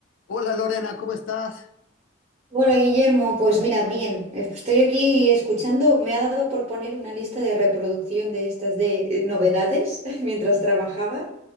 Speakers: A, on the left (about 85°); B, on the right (about 35°).
A: Hola Lorena, ¿cómo estás?
B: Hola Guillermo, pues mira, bien, estoy aquí escuchando, me ha dado por poner una lista de reproducción de estas de eh, novedades <laughs> mientras trabajaba